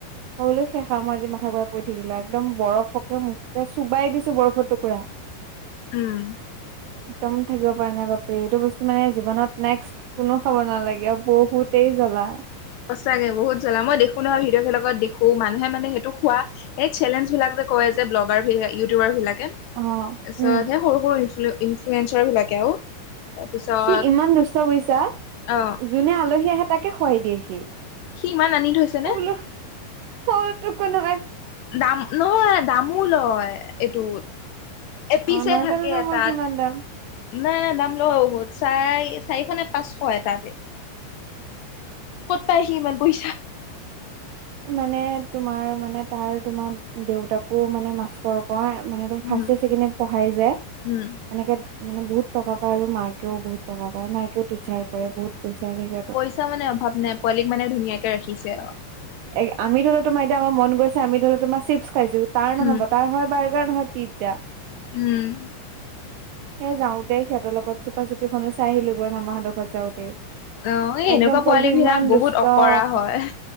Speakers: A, on the right; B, on the left.
A: হ'লো শেষা মই আজি মাথা বৰা পৰি থাকিলো একদম বৰফকে মুখকে চুবাই দিছো বৰফৰ টুকুৰা
B: উম
A: একদম থাকিব পাৰে নাই বাপৰে এইটো বস্তু মানে জীৱনত নেক্সট কোনো খাব নালাগে বহুতেই জ্বলা
B: সঁচাগে বহুত জ্বলা মই দেখো নহয় ভিডিঅ'ব লগতখো মানুহে মানে সেইটো খোৱা এই চেলেঞ্জ বিলাক <unintelligible>
A: অ' উম।
B: ইনফ্লুৱেঞ্চাৰ বিলাকে আৰু তাৰপিছত
A: সি ইমান দুষ্ট কৰিছা
B: অ
A: যোনে আলহী আহে তাকে খুৱাই দিয়ে সি
B: সি ইমান আনি থৈছে নে
A: অ বোলো সৰু কোনো
B: দাম নহয় দামোল হয় এইটো এপিচ
A: অ নাজানো
B: থাকে
A: ন মই
B: তাত
A: কিমান দাম
B: নাই দাম ল বহুত চাৰ চাৰিশ নে পাঁচশ এটাতে ক'ত পাই আহি ইমান পইছা
A: মানে তোমাৰ মানে তাৰ তোমাৰ দেউতাকো মানে মাষ্টৰ মানেদম
B: উম,
A: ফাৰ্ষ্টে চছেকেণ্ডে পঢ়াই যায়
B: উম,
A: এনেকে মানে বহুত টকা পায় আৰু মাইকেও বহুত টকা পায় মায়েও টিচাৰ কৰে বহুত পইচা থেগ
B: পইচা মানে অভাৱ নাই পোৱালীক মানে ধুনীয়াকে ৰাখিছে আৰু
A: এ আমি ধৰিলেও তোমাৰ এতিয়ামাৰ মন গৈছে আমি ধৰিলেও তোমাৰ চিপছ খাইছো তাৰ নহ'ব
B: উম,
A: তাৰ হয় বাৰ্গাৰ নহয় পিজ্জা
B: উম
A: সেই যাওঁতেই সিহঁতৰ লগত চুপা চুপীখননো চাই আহিলোঁগৈ মামাহঁতৰ ঘৰত যাওঁতেই।
B: অ', এই
A: একদম
B: এনেকুৱা
A: পোৱালিটো
B: পোৱালী বিলাক
A: ইমান
B: বহুত
A: দুষ্ট
B: অকৰা হয়।